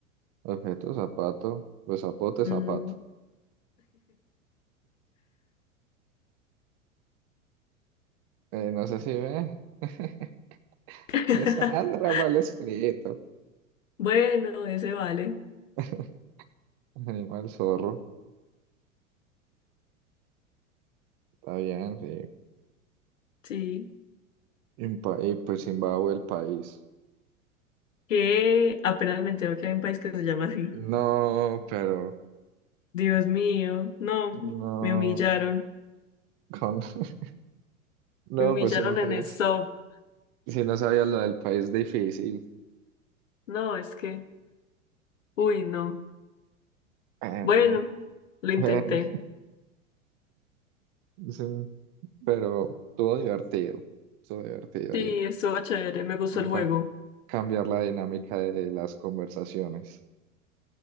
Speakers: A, on the right; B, on the left.
A: Objeto Zapato. Pues Zapote,
B: Mm.
A: Zapato. Eh, no sé si ve. <laughs>
B: <laughs>
A: Pues Sandra, mal escrito.
B: Bueno, ese vale.
A: <laughs> Animal zorro. Está bien, sí.
B: Sí.
A: Impa- y pues Zimbabue, el país.
B: Que apenas me entero que hay un país que se llama así.
A: No, pero.
B: Dios mío, no,
A: No.
B: me humillaron.
A: Con- <laughs> No,
B: Me humillaron
A: pues si no sabes.
B: en el SOP.
A: Si no sabías lo del país difícil.
B: No, es que, uy, no.
A: <laughs> Bueno,
B: Bueno, lo
A: bueno,
B: intenté.
A: sí. Pero estuvo divertido. Estuvo divertido
B: Sí,
A: ahí.
B: estuvo chévere, me gustó el juego.
A: Va a cambiar la dinámica de las conversaciones.